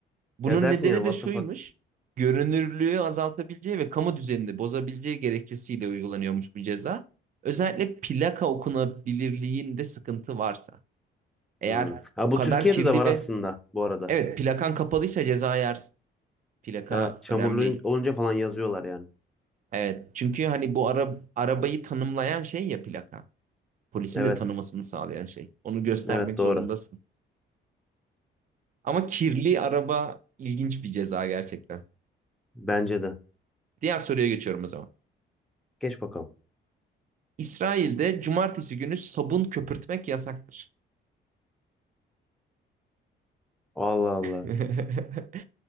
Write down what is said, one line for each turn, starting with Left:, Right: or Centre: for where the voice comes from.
Right: Bunun
Centre: Ya dersin
Right: nedeni
Centre: yani what
Right: de şuymuş.
Centre: the fuck.
Right: Görünürlüğü azaltabileceği ve kamu düzenini bozabileceği gerekçesiyle uygulanıyormuş bu ceza. Özellikle plaka okunabilirliğinde sıkıntı varsa. Eğer
Centre: Hmm. Ha,
Right: o
Centre: bu
Right: kadar
Centre: Türkiye'de
Right: kirli
Centre: de var
Right: ve
Centre: aslında bu arada.
Right: evet plakan kapalıysa ceza yersin. Plaka
Centre: Evet çamurlu
Right: önemli.
Centre: olunca falan yazıyorlar yani.
Right: Evet. Çünkü hani bu ara, arabayı tanımlayan şey ya plaka. Polisin
Centre: Evet
Right: de tanımasını sağlayan şey. Onu göstermek
Centre: evet doğru.
Right: zorundasın. Ama kirli araba ilginç bir ceza gerçekten.
Centre: Bence de.
Right: Diğer soruya geçiyorum o zaman.
Centre: Geç bakalım.
Right: İsrail'de cumartesi günü sabun köpürtmek yasaktır.
Centre: Allah Allah.
Right: <laughs>